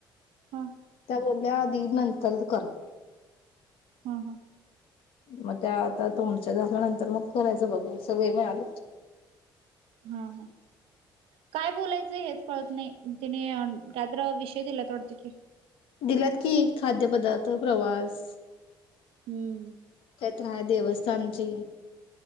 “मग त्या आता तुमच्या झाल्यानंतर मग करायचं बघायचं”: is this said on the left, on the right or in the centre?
Left